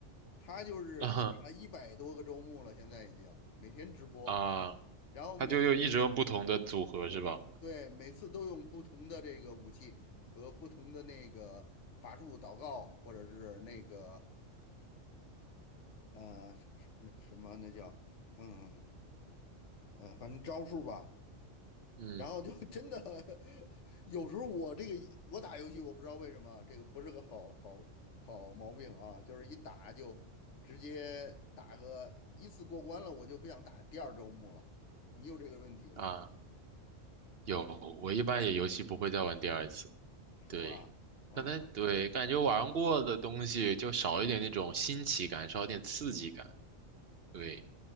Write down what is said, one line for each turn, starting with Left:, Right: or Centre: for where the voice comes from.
Left: 她就是打了一百多个周目了，
Right: <laughs> 啊
Left: 现在已经每天直播，
Right: 啊，
Left: 然后每次
Right: 他就又一直用不同的组合是吧？
Left: 对每次都用不同的这个武器和不同的那个法术祷告，或者是那个呃是是那什么那叫嗯呃反正招数吧。
Right: 嗯
Left: 然后就真的 <laughs> 有时候我这个我打游戏，我不知道为什么啊这个不是个好好好毛病啊，就是一打就直接打个一次过关了，我就不想打第二周目了。你有这个问题吗？
Right: 啊，有，我一般也游戏不会再玩第二次，
Left: 是吧？
Right: 对。
Left: 嗯
Right: 可能对，感觉玩过的东西就少一点那种新奇感，少一点刺激感。
Left: 嗯，
Right: 对，